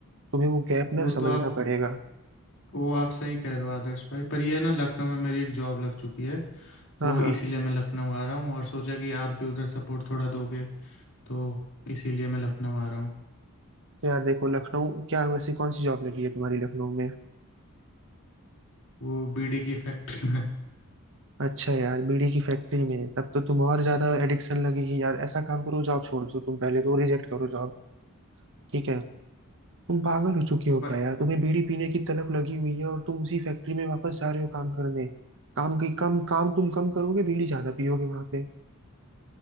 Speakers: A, on the right; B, on the left.
A: तुम्हें वो गैप ना
B: वो तो
A: समझना
B: आप
A: पड़ेगा
B: वो आप सही कह रहे हो आदर्श भाई पर ये ना लखनऊ में मेरी एक जॉब लग चुकी है तो
A: हाँ हाँ
B: इसीलिए मैं लखनऊ आ रहा हूँ और सोचा कि आप भी उधर सपोर्ट थोड़ा दोगे तो इसीलिए मैं लखनऊ आ रहा हूँ
A: तो यार देखो लखनऊ क्या वैसे कौन सी जॉब लगी है तुम्हारी लखनऊ में
B: वो बीड़ी की फैक्ट्री में <laughs>
A: अच्छा यार बीड़ी की फैक्ट्री में तब तो तुम और ज्यादा एडिक्शन लगेगी यार ऐसा काम करो जॉब छोड़ दो तुम पहले तो रिजेक्ट करो जॉब ठीक है तुम पागल हो चुके हो
B: पर
A: क्या यार तुम्हें बीड़ी पीने की तलब लगी हुई है और तुम उसी फैक्ट्री में वापस जा रहे हो काम करने काम की कम काम तुम कम करोगे बीड़ी ज्यादा पियोगे वहां पे